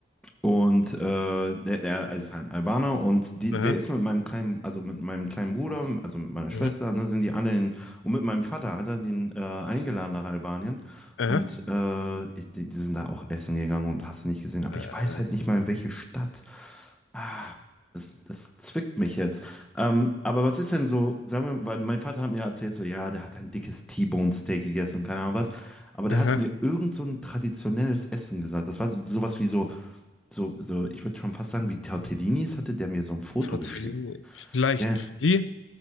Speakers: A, in the centre; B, on the left.
A: Und äh, der, der ist halt Albaner und die,
B: Aha,
A: der ist mit meinem kleinen, also mit meinem kleinen Bruder, also mit meiner
B: mhm,
A: Schwester, ne, sind die alle in, und mit meinem Vater hat er den äh, eingeladen nach Albanien.
B: aha,
A: Und äh, ich, die, die sind da auch essen gegangen und hast du nicht gesehen. Aber
B: äh,
A: ich weiß halt nicht mal, in welche Stadt. Ah, das, das zwickt mich jetzt. Ähm, aber was ist denn so, sagen wir, weil mein Vater hat mir erzählt, so, ja, der hat ein dickes T-Bone-Steak gegessen und keine Ahnung was. Aber der
B: aha.
A: hatte mir irgend so ein traditionelles Essen gesagt. Das war so- sowas wie so so, so, ich würde schon fast sagen, wie Tortellinis hatte der mir so ein Foto
B: Tortellini.
A: geschickt.
B: Vielleicht
A: Ja,
B: Fli?